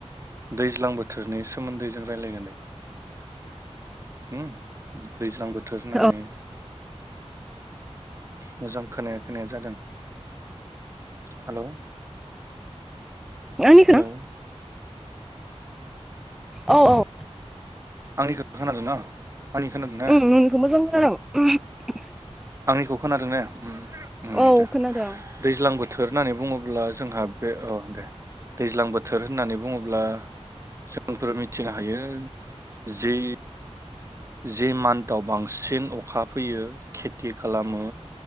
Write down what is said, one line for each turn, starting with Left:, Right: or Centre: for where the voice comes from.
Right: दैज्लां बोथोरनि सोमोन्दै जों रायलायगोन दे हुम दैज्लां बोथोर होननानै
Centre: औ
Right: मोजां खोनाया खोनाया जादों हेलौ
Centre: आंनिखो
Right: हेलौ
Centre: ना? औ औ
Right: आंनिखो खोनादों ना? आंनि खोनादों ना
Centre: उ नोंनिखौ मोजां खोनादों। <unintelligible>
Right: आंनिखौ खोनादों ने? उम उम
Centre: औ
Right: दे
Centre: खोनादों
Right: दैज्लां दैज्लां बोथोर होननानै बुङोब्ला जोंहा बे औ दे दैज्लां बोथोर होननानै बुङोब्ला जोंफोर मिथिनो हायो जि जि मान्थाव बांसिन अखा फैयो खेथि खालामो